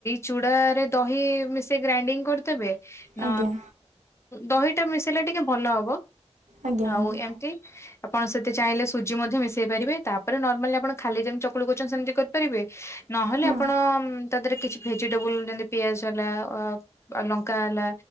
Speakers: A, on the left; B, on the right.
A: ଚୁଡ଼ାରେ ଦହି ମିସେଇକି ଗ୍ରାଇଣ୍ଡିଙ୍ଗ କରିଦେବେ ନ
B: ଆଜ୍ଞା
A: ଦହିଟା ମିଶେଇଲେ ଟିକେ ଭଲ ହବ
B: ଆଜ୍ଞା
A: ଆଉ
B: ଆଜ୍ଞା
A: ଏମିତି ଆପଣ ସେଠି ଚାହିଁଲେ ସୁଜି ମଧ୍ୟ ମିଶେଇ ପାରିବେ, ତାପରେ ନର୍ମାଲି ଆପଣ ଖାଲି ଯେମି ଚକୁଳି କରୁଛନ୍ତି ସେମତି କର ପାରିବେ ନହେଲେ
B: ହଁ।
A: ଆପଣ ତା ଦେହରେ କିଛି ଭେଜିଟେବୁଲ ଯେମତି ପିଆଜ ହେଲା ଅ ଲଙ୍କା ହେଲା